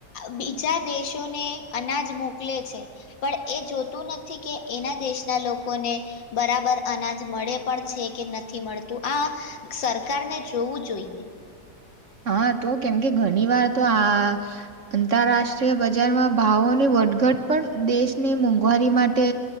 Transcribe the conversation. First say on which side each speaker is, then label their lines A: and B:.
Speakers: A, on the left; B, on the right.
A: બીજા દેશ ને અનાજ મોકલે છે પણ એ જોતું નથી કે એના દેશના લોકોને બરાબર અનાજ મળે પણ છે કે નથી મળતું આ સરકારને જોવું જોઈએ.
B: હા તો કેમકે ઘણી વાર તો આ આંતરરાષ્ટ્રીય બજારમાં ભાવોની વટઘટ પણ દેશની મોંઘવારી માટે